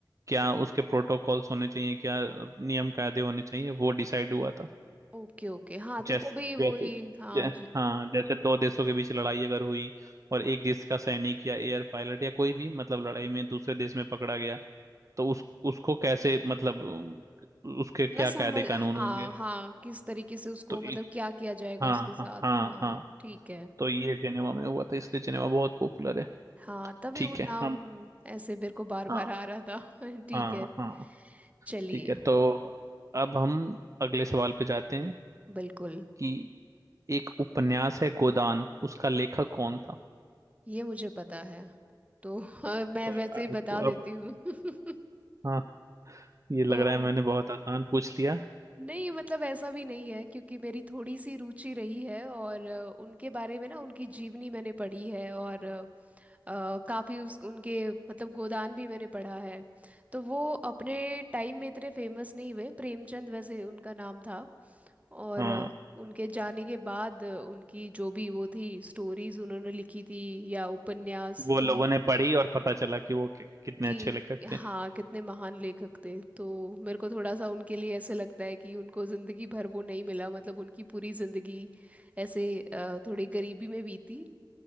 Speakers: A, on the right; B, on the right.
A: क्या उसके प्रोटोकॉल्स होने चाहिए क्या नियम कायदे होने चाहिए वो डिसाइड हुआ था
B: ओके ओके हाँ तो
A: जैसे
B: तभी
A: जैसे
B: वही हाँ
A: जै,
B: ज,
A: हाँ जैसे दो देशों के बीच लड़ाई अगर हुई और एक देश का सैनिक या एयर पायलट या कोई भी मतलब लड़ाई में दूसरे देश में पकड़ा गया तो उस उसको कैसे मतलब उम, उसके क्या
B: मैं समझ
A: कायदे कानून होंगे
B: हाँ हाँ किस तरीके से उसको
A: तो
B: मतलब
A: ये-
B: क्या किया जाएगा
A: हाँ
B: उसके साथ
A: हाँ हाँ
B: हाँ
A: हाँ
B: ठीक है
A: तो ये जेनेवा में हुआ था इसलिए जेनेवा बहुत पॉपुलर है
B: हाँ तभी
A: ठीक
B: वो
A: है
B: नाम
A: हम
B: ऐसे मेरे को बार बार
A: हाँ
B: आ रहा था <laughs> ठीक
A: हाँ
B: है
A: हाँ
B: चलिए
A: ठीक है तो अब हम अगले सवाल पे जाते हैं
B: बिल्कुल
A: कि एक उपन्यास है गोदान उसका लेखक कौन था
B: ये मुझे पता है तो <laughs> मैं
A: तो
B: वैसे ही
A: अब
B: बता देती
A: अब-
B: हूँ <laughs>
A: हाँ ये लग
B: तो
A: रहा है मैंने बहुत आसान पूछ लिया
B: नहीं मतलब ऐसा भी नहीं है क्योंकि मेरी थोड़ी सी रुचि रही है और अ, उनके बारे में ना उनकी जीवनी मैंने पढ़ी है और अ, अ, काफ़ी उस उनके मतलब गोदान भी मैंने पढ़ा है तो वो अपने टाइम में इतने फेमस नहीं हुए प्रेमचंद वैसे उनका नाम था और
A: हाँ
B: अ, उनके जाने के बाद अ, उनकी जो भी वो थी स्टोरीज उन्होंने लिखी थी या उपन्यास
A: वो
B: तो
A: लोगों
B: ये-
A: ने पढ़ी और पता चला कि वो कि, कितने
B: कि
A: अच्छे लेखक
B: हाँ
A: थे
B: कितने महान लेखक थे तो मेरे को थोड़ा सा उनके लिए ऐसे लगता है कि उनको जिंदगी भर वो नहीं मिला मतलब उनकी पूरी जिंदगी ऐसे अ, थोड़ी गरीबी में बीती